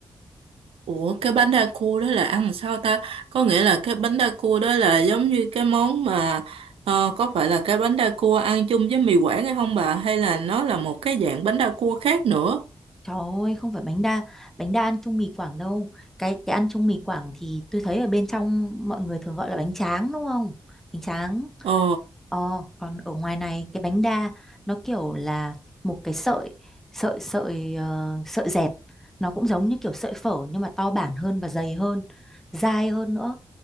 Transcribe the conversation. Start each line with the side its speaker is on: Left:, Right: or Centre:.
Right: Ủa cái bánh đa cua đó là ăn làm sao ta có nghĩa là cái bánh đa cua đó là giống như cái món mà ờ, có phải là cái bánh đa cua ăn chung với mì Quảng hay không bà hay là nó là một cái dạng bánh đa cua khác nữa
Centre: trời ơi không phải bánh đa bánh đa ăn chung mì Quảng đâu cái cái ăn chung mì Quảng thì tôi thấy ở bên trong mọi người thường gọi là bánh tráng đúng không bánh tráng
Right: ờ
Centre: Ờ, còn ở ngoài này cái bánh đa nó kiểu là một cái sợi sợi sợi ờ, sợi dẹt nó cũng giống như kiểu sợi phở nhưng mà to bản hơn và dày hơn dai hơn nữa